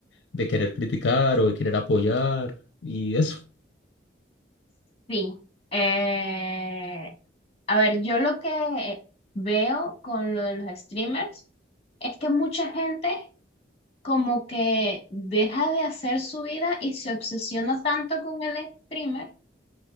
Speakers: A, on the left; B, on the left.
A: de querer criticar o de querer apoyar y eso.
B: sí. Eh, a ver, yo lo que veo con lo de los streamers es que mucha gente como que deja de hacer su vida y se obsesiona tanto con el streamer